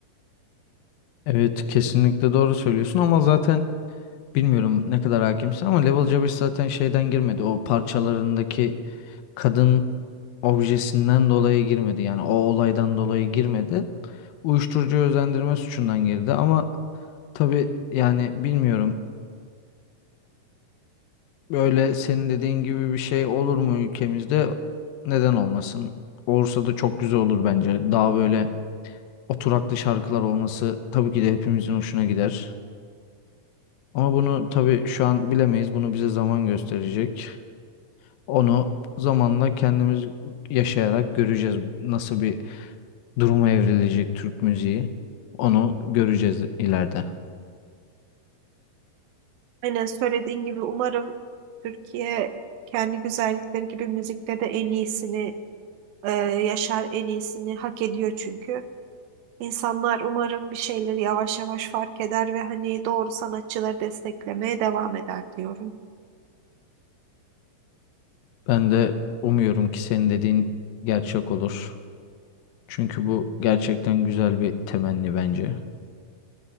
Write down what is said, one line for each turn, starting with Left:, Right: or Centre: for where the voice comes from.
Left: Evet kesinlikle doğru söylüyorsun ama zaten Bilmiyorum ne kadar hakimsin ama Level c zaten şeyden girmedi. O parçalarındaki kadın objesinden dolayı girmedi. Yani o olaydan dolayı girmedi. Uyuşturucu özendirme suçundan girdi ama tabii yani bilmiyorum. Böyle senin dediğin gibi bir şey olur mu ülkemizde? Neden olmasın? Olursa da çok güzel olur bence. Daha böyle oturaklı şarkılar olması tabii ki de hepimizin hoşuna gider. Ama bunu tabii şu an bilemeyiz. Bunu bize zaman gösterecek. Onu zamanla kendimiz yaşayarak göreceğiz nasıl bir duruma evrilecek Türk müziği. Onu göreceğiz ileride.
Right: Aynen söylediğin gibi umarım Türkiye kendi güzellikleri gibi müzikte de en iyisini e, yaşar, en iyisini hak ediyor çünkü. İnsanlar umarım bir şeyleri yavaş yavaş fark eder ve hani doğru sanatçıları desteklemeye devam eder diyorum.
Left: Ben de umuyorum ki senin dediğin gerçek olur. Çünkü bu gerçekten güzel bir temenni bence.